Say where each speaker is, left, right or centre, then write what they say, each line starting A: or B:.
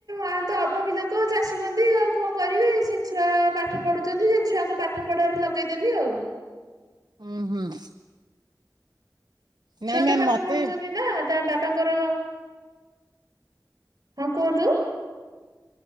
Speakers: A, on the right (about 55°); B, on the right (about 70°).
A: ଆ ତ ଅଭାବୀ ଲୋକ ଚାଷୀବନ୍ଦି ଆଉ କଣ କରିବି ସେ ଛୁଆ ପାଠ ପଢୁଛନ୍ତି ସେ ଛୁଆଙ୍କ ପାଠ ପଢାରେ ଲଗେଇଦେଲି ଆଉ।
B: ଉଁ ହୁଁ। ନାଇଁ
A: ଛୁଆ
B: ମ୍ୟାମ୍
A: ତ ପାଠ
B: ମତେ
A: ପଢୁଛନ୍ତି ନା ତା ବାପାଙ୍କର ହଁ କୁହନ୍ତୁ।